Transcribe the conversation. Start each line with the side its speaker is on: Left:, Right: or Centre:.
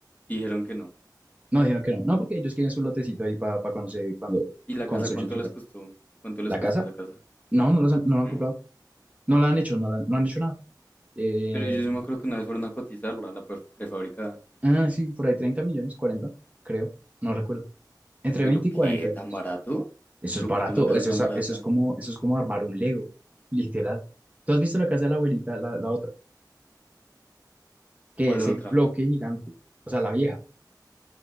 Left: Y dijeron que no.
Right: No, dijeron que no. No, porque ellos quieren su lotecito ahí para cuando, se- cuando
Left: ¿Y la
Right: construyan
Left: casa cuánto
Right: su
Left: les
Right: casa.
Left: costó? ¿Cuánto les
Right: ¿La
Left: costó
Right: casa?
Left: esa casa?
Right: No, no, los han- no la
Left: Hmm.
Right: han comprado. No la han hecho, no, la- no han hecho nada. Eh,
Left: Pero yo sí me acuerdo que una vez fueron a cotizarla, la pre- prefabricada.
Right: ah, sí, por ahí 30 millones, 40 creo. No recuerdo. Entre
Left: ¿Pero
Right: 20
Left: qué?
Right: y 40 digamos.
Left: ¿Tan barato?
Right: Eso
Left: ¿Pero
Right: es barato,
Left: por qué una casa
Right: eso
Left: tan
Right: es,
Left: barata?
Right: eso es como, eso es como armar un Lego, <laughs> literal. ¿Tú has visto la casa de la abuelita, la, la otra, que
Left: ¿Cuál
Right: es
Left: otra?
Right: el bloque gigante, o sea, la vieja,